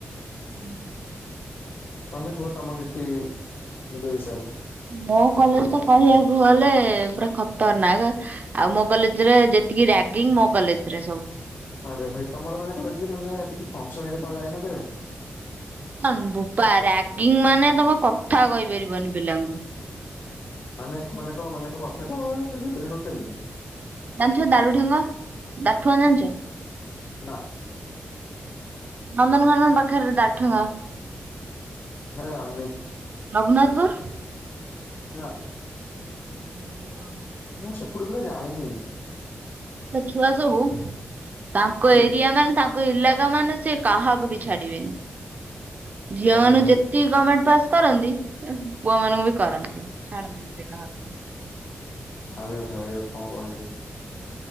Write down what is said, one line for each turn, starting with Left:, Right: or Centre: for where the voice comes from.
Right: ହୁଁ
Left: ତମେ କୁହ ତମ କିଛି ନିଜ ବିଷୟରେ
Right: ମୋ କଲେଜ ତ କହିବାକୁ ଗଲେ ପୁରା ଖତରନାକ ଆଉ ମୋ କଲେଜରେ ଯେତିକି ରାଗିଙ୍ଗ୍ ମୋ କଲେଜରେ ସବୁ
Left: ଆରେ ଭାଇ ତମର ମାନେ କଣ ମାନେ କିଛି ଫଙ୍ଗସନ ହେଲେ ଯାଇନ କେ
Right: ଫଙ୍ଗସନ ବୋପା ରାଗିଙ୍ଗ ମାନେ ତମେ କଥା କହିପାରିବନି ପିଲାଙ୍କୁ
Left: ମାନେ କଣ ମାନେ କଣ ମାନେ କଥା କହିପାରିବିନି ଟୋଟଲି
Right: ଜାଣିଥିବ ଦାରୁ ଠେଙ୍ଗା ଦାଠୁଆ ଜଣିଛନ୍ତି
Left: ନା
Right: ନନ୍ଦନକାନନ ପାଖରେ ଦାଠଙ୍ଗା
Left: ନାଇଁ ଆମେ
Right: ରଘୁନାଥପୁର
Left: ନା
Right: ଆ ନା
Left: ମୁଁ ସେପଟ ଉପରେ ଯାଇନି
Right: ଛୁଆ ସବୁ ତାଙ୍କ
Left: ହୁଁ
Right: ଏରିଆ ମାନେ ତାଙ୍କ ଇଲାକା ମାନେ ସେ କାହାକୁ ବି ଛାଡିବେନି ଝିଅ
Left: ଆରେ
Right: ମାନଙ୍କୁ
Left: ଭାଇ
Right: ଯେତିକି କମେଣ୍ଟ ପାସ୍ କରନ୍ତି ପୁଅ ମାନଙ୍କୁ ବି କରନ୍ତି ଛାଡନ୍ତିନି ସେ କାହାକୁ ବି
Left: ଆବେ ଭାଇ ଆଉ କଣ କହିବି।